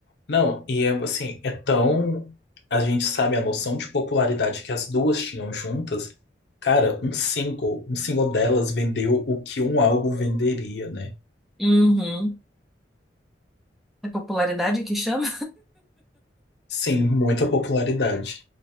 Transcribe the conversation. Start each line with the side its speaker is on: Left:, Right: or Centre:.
Left: Não, e é assim, é tão. A gente sabe a noção de popularidade que as duas tinham juntas. Cara, um single, um single delas vendeu o que um álbum venderia, né?
Centre: Uhum. É popularidade que chama?
Left: Sim, muita popularidade.